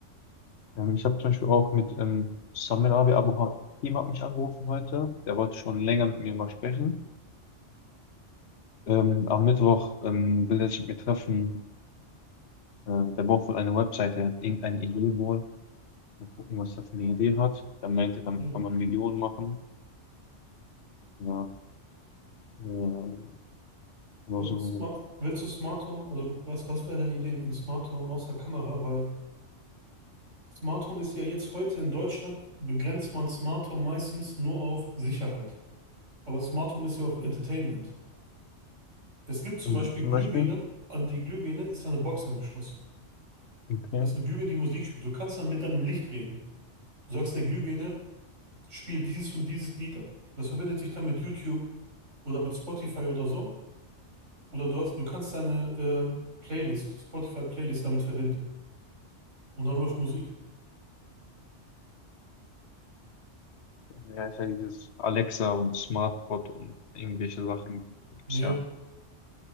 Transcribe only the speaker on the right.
ja.
Und
Smart, willst du Smart Home? Also was, was wäre deine Idee mit einem Smart Home außer Kamera? Weil Smart Home ist ja jetzt heute in Deutschland, begrenzt man Smart Home meistens nur auf Sicherheit. Aber Smart Home ist ja auch Entertainment. Es gibt zum
Beispiel
Glühbirnen,
an die Glühbirne ist eine Box angeschlossen.
Das ist eine Glühbirne, die Musik spielt. Du kannst dann mit deinem Licht reden. Du sagst der Glühbirne, spiel dieses und dieses Lied ab. Das verbindet sich dann mit YouTube oder mit Spotify oder so. Oder du hast, du kannst deine ähm, Playlist, Spotify-Playlist damit verbinden. Und dann läuft Musik.
Ja,